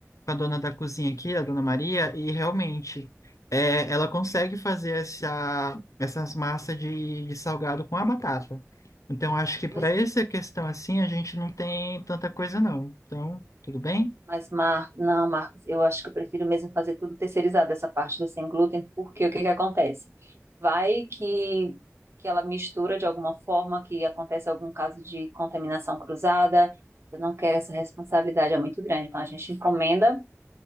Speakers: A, on the left; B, on the right.
A: com a dona da cozinha aqui, a dona Maria, e realmente é, ela consegue fazer essa, essas massas de, de salgado com a batata. Então acho que para
B: Pois,
A: essa questão assim a gente não tem tanta coisa não. Então, tudo bem?
B: mas Marcos, não, Marcos, eu acho que eu prefiro mesmo fazer tudo terceirizado, essa parte do sem glúten, porque o que que acontece? Vai que, que ela mistura de alguma forma, que acontece algum caso de contaminação cruzada. Eu não quero essa responsabilidade, é muito grande. Então a gente encomenda.